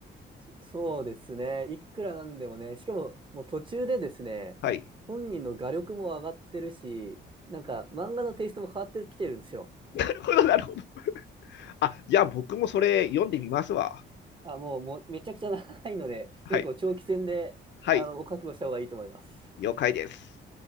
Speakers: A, on the right; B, on the left.
A: そうですね。いくらなんでもね、しかももう途中でですね、
B: はい。
A: 本人の画力も上がってるし、なんか漫画のテイストも変わってきてるんですよ。
B: なるほど、なるほど。あ、じゃあ僕もそれ読んでみますわ。
A: あ、もう、もうめちゃくちゃ長いので、
B: はい。
A: 結構長期戦で、
B: はい。
A: あの、お覚悟した方がいいと思います。
B: 了解です。